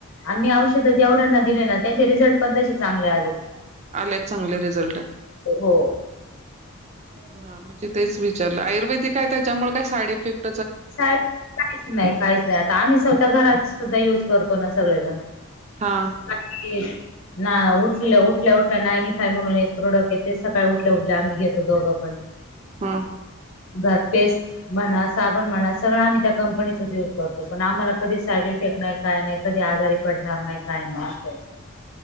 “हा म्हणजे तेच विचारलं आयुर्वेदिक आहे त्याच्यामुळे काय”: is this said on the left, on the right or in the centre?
Right